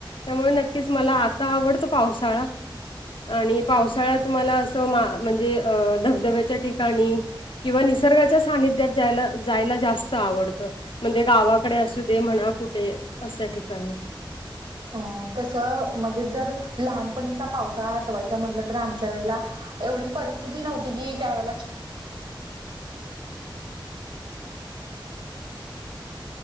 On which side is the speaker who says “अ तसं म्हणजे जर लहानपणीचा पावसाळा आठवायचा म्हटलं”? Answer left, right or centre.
Right